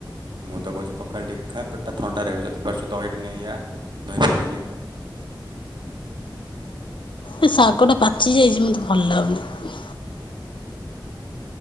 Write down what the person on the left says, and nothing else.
ଏ ଶାଗଟା ପାଚିଯାଇଛି ମୋତେ ଭଲ ଲାଗୁନି।